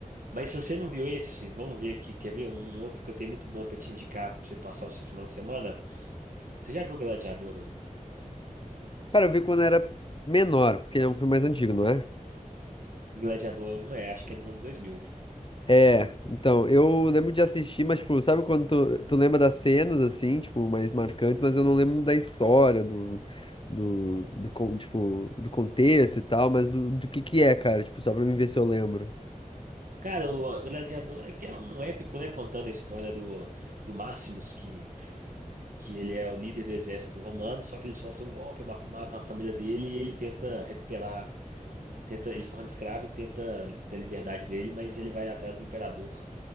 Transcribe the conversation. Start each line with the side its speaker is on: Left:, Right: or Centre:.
Right: Mas se você não viu esse, vamos ver aqui. Quer ver um um outro que eu tenho muito bom pra te indicar pra você passar o seu final de semana? Você já viu Gladiador 1?
Left: Cara, eu vi quando era menor, porque ele é um filme mais antigo, não é?
Right: Gladiador um é, acho que é dos anos dois mil.
Left: É, então, eu lembro de assistir, mas, tipo, sabe quando tu, tu lembra das cenas, assim, tipo, mais marcantes, mas eu não lembro da história, do, do, do, con- tipo, do contexto e tal, mas do, do que que é, cara, tipo, só pra mim ver se eu lembro.
Right: Cara, o Gladiador é que é um épico, né? Contando a história do, do Maximus, que que ele é o líder do exército romano, só que ele sofre um golpe, ma- matam a família dele e ele tenta recuperar, tenta, ele se torna escravo e tenta ter a liberdade dele, mas ele vai atrás do imperador